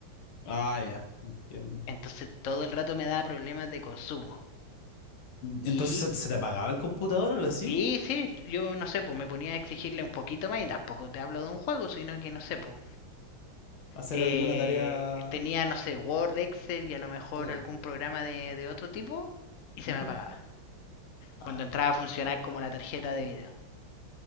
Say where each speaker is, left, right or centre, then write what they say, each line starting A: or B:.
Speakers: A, on the left; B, on the left.
A: Ah, ya. Entiendo.
B: Entonces todo el rato me daba problemas de consumo.
A: Entonces,
B: Y,
A: ¿se, se te apagaba el computador o algo así?
B: y sí, yo no sé, pues me ponía a exigirle un poquito más, y tampoco te hablo de un juego, sino que no sé, pues.
A: ¿Hacer
B: eh,
A: alguna tarea?
B: tenía, no sé, Word, Excel y a lo mejor
A: Claro.
B: algún programa de, de otro tipo y se
A: Ujú.
B: me apagaba.
A: Ah,
B: cuando entraba a funcionar como la tarjeta de video.